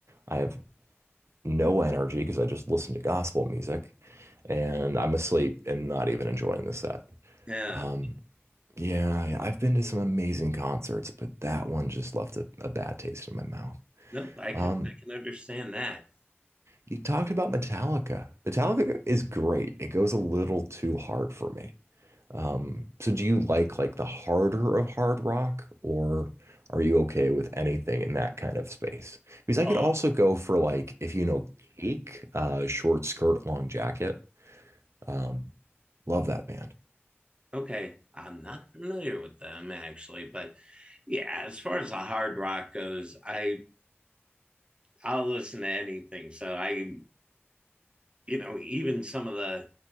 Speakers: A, on the right (about 85°); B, on the right (about 25°).
A: I have no energy because I just listen to gospel music and I'm asleep and not even enjoying the set.
B: Yeah,
A: Um, yeah, yeah, I've been to some amazing concerts, but that one just left a, a bad taste in my mouth.
B: nope. I can
A: Um,
B: I can understand that.
A: you talked about Metallica. Metallica is great. It goes a little too hard for me. Um, so do you like like the harder of hard rock or are you okay with anything in that kind of space? Because I
B: Oh,
A: could also go for like if you know Cake, uh, short skirt, long jacket. Um, love that band.
B: okay. I'm not familiar with them actually, but yeah, as far as the hard rock goes, I I'll listen to anything. So I you know even some of the